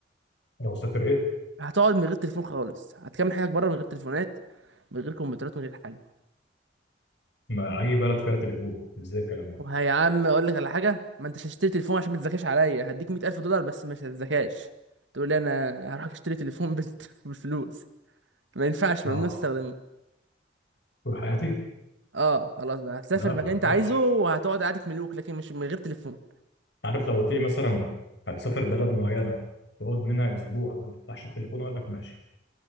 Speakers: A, on the left; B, on the right.
A: لو سافرت
B: هتقعد من غير تليفون خالص هتكمل حياتك بره من غير تليفونات من غير كمبيوترات من غير حاجه
A: ما اي بلد فيها تليفون ازاي الكلام ده
B: وهي يا عم اقول لك على حاجه ما انتش هتشتري تليفون عشان ما تذاكرش عليا هديك 100000 دولار بس مش هتذاكاش تقول لي انا هروح اشتري تليفون بال- <laughs> بالفلوس ما ينفعش
A: اه
B: ممنوع تستخدمه
A: طول حياتي
B: اه خلاص بقى هتسافر
A: لا
B: مكان
A: ما ينفعش
B: انت عايزه وهتقعد قعده ملوك لكن مش من غير تليفون
A: عارف لو قلت لي مثلا هتسافر بلد معينه تقعد منها اسبوع ما تفتحش التليفون اقول لك ماشي